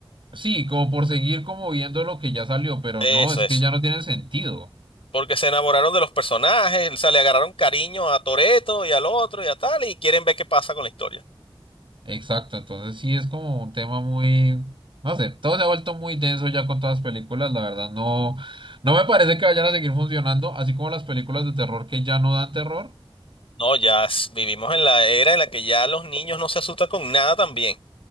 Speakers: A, on the right; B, on the left.
A: Sí, como por seguir como viendo lo que ya salió, pero
B: Eso,
A: no, es
B: eso.
A: que ya no tiene sentido.
B: Porque se enamoraron de los personajes, o sea, le agarraron cariño a Toreto y al otro y a tal, y quieren ver qué pasa con la historia.
A: Exacto, entonces sí es como un tema muy, no sé, todo se ha vuelto muy denso ya con todas las películas, la verdad no, no me parece que vayan a seguir funcionando, así como las películas de terror que ya no dan terror.
B: No, ya s- vivimos en la era en la que ya los niños no se asustan con nada también.